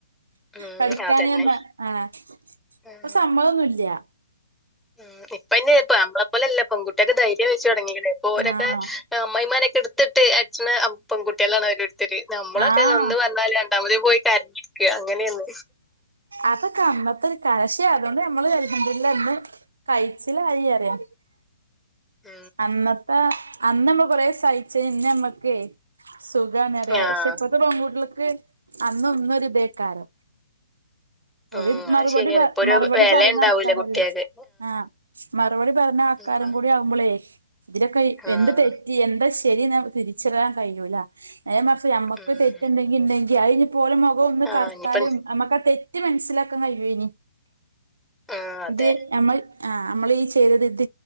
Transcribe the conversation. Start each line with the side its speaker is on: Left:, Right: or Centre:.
Centre: ഉം
Right: പഠിക്കാനർഞ്ഞാ
Centre: അതന്നെ
Right: ആഹ്
Centre: ഉം
Right: ഇപ്പൊ സമ്മതൊന്നുല്ല്യ.
Centre: ഉം ഇപ്പയ്ന് ഞമ്മളെ പോലെല്ല. പെങ്കുട്ടിയേക്ക് ധൈര്യം വെച്ച് തൊടങ്ങീക്ക്‌ണ്. ഇപ്പോ ഓരൊക്കെ
Right: ആഹ്
Centre: അമ്മായ്മാനൊക്കെ ഇട്ത്തിട്ട് അട്ചിണെ പെൺ പെങ്കുട്ടിയേളാണ് ഓരോരുത്തര്. ഞമ്മളൊക്കെ
Right: ആഹ്
Centre: ഒന്ന് പർഞ്ഞാല് രണ്ടാമത് പോയി കരഞ്ഞിരിക്കാ അങ്ങനേണ്.
Right: അതൊക്കെ അന്നത്തൊരു കാലം. പക്ഷെ അതുകൊണ്ട് ഞമ്മള് അൽഹംദുലില്ലാഹ് ഇന്ന് കയ്ച്ചിലായിറയാ.
Centre: ഉം
Right: അന്നത്ത അന്നമ്മള് കൊറേ സഹിച്ചേനിന്നമ്മക്കെ സുഖാണറിയ
Centre: ആഹ്
Right: പക്ഷെ ഇപ്പത്തെ പെൺകുട്ടിൾക്ക് അന്നൊന്നൊരിതേക്കാരം. ഓല്
Centre: ഉം
Right: മറുപടി
Centre: അത് ശരിയാണ്
Right: പ
Centre: ഇപ്പൊ ഒരു
Right: മറുപടി
Centre: വെല
Right: പറയുന്ന
Centre: ഇണ്ടാവൂല
Right: ആൾക്കാരല്ലേ?
Centre: കുട്ടികൾക്ക്
Right: ആഹ് മറുപടി പറീണ ആൾക്കാരും
Centre: ഉം
Right: കൂടി ആവു മ്പളെ ഇതിലൊക്കെ
Centre: ആഹ്
Right: എന്ത് തെറ്റ്‌ എന്താ ശരീന്ന് തിരിച്ചറിയാൻ കയ്യൂല. നേരെ മർച്ച് ഞമ്മക്ക്
Centre: ഉം
Right: തെറ്റെന്തെങ്കിണ്ടെങ്കി അയിഞ്ഞിപോലെ മുഖം ഒന്ന്
Centre: ആഹ്
Right: കർത്താലും
Centre: ഇനിയിപ്പം
Right: ഞമ്മക്കാ തെ റ്റ്‌ മനസ്സിലാക്കൻ കയ്യോയ്നി.
Centre: ആഹ് അതെ
Right: ഇത് ഞമ്മള് ആഹ് അമ്മളീചെയ്തത് ഇത്